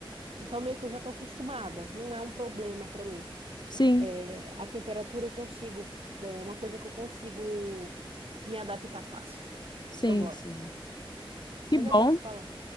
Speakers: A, on the right; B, on the left.
A: Então meio que eu já tô acostumada, não é um problema pra mim.
B: Sim,
A: É, a temperatura eu consigo, é uma coisa que eu consigo me adaptar fácil.
B: sim,
A: Eu gosto.
B: sim. Que
A: Mas
B: bom,
A: é bom tu falar.